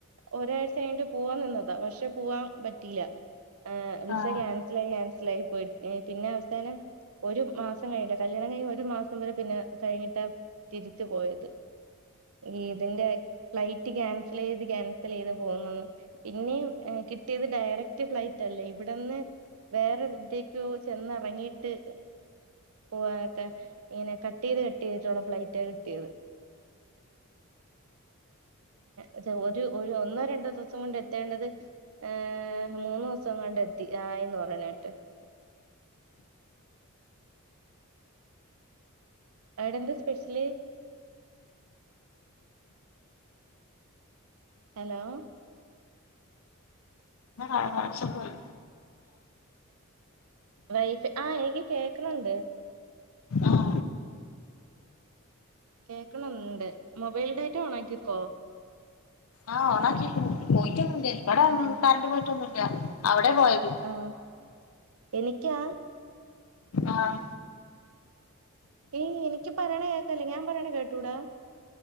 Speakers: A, on the right; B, on the left.
A: ഒരാഴ്ച കയിട്ട് പോവാൻ നിന്നതാ പക്ഷെ പോവാൻ പറ്റില്ല ആഹ വിസ
B: ആഹ്
A: ക്യാൻസലായി ക്യാൻസൽയി പോയി പിന്നെ അവസാനം ഒരു മാസം കഴിഞ്ഞട്ട കല്യാണം കഴിഞ്ഞ ഒരു മാസം വരെ പിന്നെ കഴിഞ്ഞിട്ടാ തിരിച്ചു പോയത് ഈ ഇതിന്റെ ഫ്ലൈറ്റ് ൻ സൽ ചെയ്ത് ക്യാൻസൽ ചെയ്ത് പോകുന്നന്ന് പിന്നെയും കിട്ടിയത് ഡയറക്റ്റ് ഫ്ലൈറ്റ്ല്ലേ ഇവിടെന്ന് വേറെ വിദ്യക്കോ ചെന്നിറങ്ങീട്ട് പോ ഇങ്ങനെ കട്ട് ചെയ്ത് കട്ട് ചെയ്തിട്ടുള്ള ഫ്ലൈറ്റ് ആ കിട്ടിയത് അത ഒരു ഒന്നോ രണ്ടോ ദിവസം കൊണ്ട് എത്തേണ്ടത് ഏർ മൂന്ന ദിവസം കൊണ്ട് എത്തി ആയിന്ന് പറയണട്ട് അവിടെ എന്താ സ്പെഷ്യല്ി ഹലോ
B: ാ കാച്ച പോയി
A: വൈഫ് ആ എനിക്ക് കേക്കണണ്ട്
B: ആഹ
A: കേക്കണണ്ട് മൊബൈൽ ഡാറ്റ ഓണ ആാക്കിക്കോ
B: ആഹ് ഒാ കേക്ക പോയിട്ട ഇവിടെന്നും
A: ആഹ്
B: തണ്ടു പറ്റൊന്നുമില്ല അ എവിടെ പോയത്
A: ആഹ് എനിക്കാ
B: ആഹ
A: ഏ എനിക്ക് പറയണ കേക്കല്ല ഞാൻ പറയണ കേട്ടൂടാ